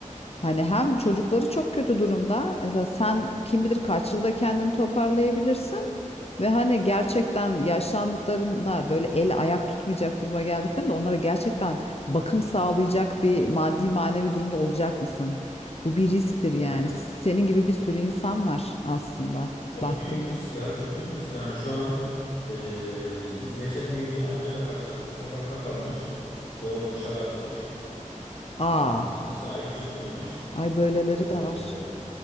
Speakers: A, on the left (about 50°); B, on the left (about 70°).
A: hani hem çocukları çok kötü durumda. Mesela sen kim bilir kaç yılda kendini toparlayabilirsin. Ve hani gerçekten yaşlandıklarında böyle el ayak tutmayacak duruma geldiklerinde onlara gerçekten bakım sağlayacak bir maddi manevi durumda olacak mısın? Bu bir risktir yani.
B: Evet.
A: Senin gibi bir sürü insan var aslında
B: Çok
A: baktığında.
B: büyük risk ya, çok büyük risk. Yani şu an eee, biz geçen gün bir amcayla karşılaştık. Sokakta kalmış. Oğlu dışarı atmış.
A: Aa,
B: Ondan sonra sahip çıkmamış.
A: ay böyleleri
B: Eee,
A: de var.